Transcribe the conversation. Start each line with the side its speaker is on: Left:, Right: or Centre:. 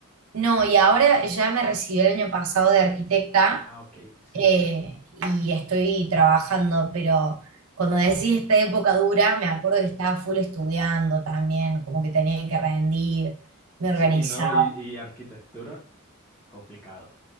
Right: No, y ahora ya me recibí el año pasado de arquitecta
Centre: Ah, ok, sí.
Right: eh, y estoy trabajando, pero cuando decís esta época dura, me acuerdo que estaba full estudiando también, como que tenía que rendir, me
Centre: Sí,
Right: organizaba.
Centre: y no, y, y arquitectura, complicado.